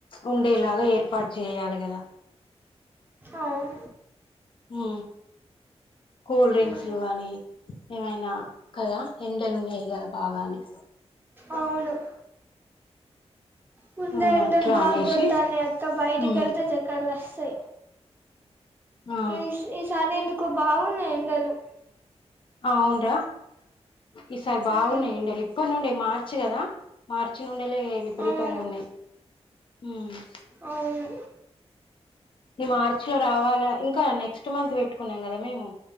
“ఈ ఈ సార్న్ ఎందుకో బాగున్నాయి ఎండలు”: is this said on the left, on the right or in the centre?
Right